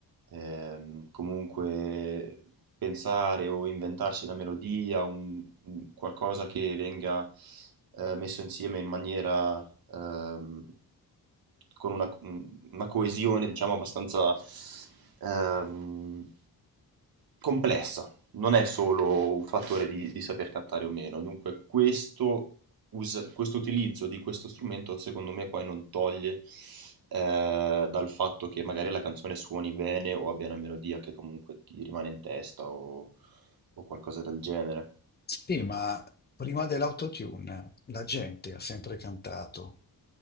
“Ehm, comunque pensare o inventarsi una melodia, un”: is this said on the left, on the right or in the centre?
Right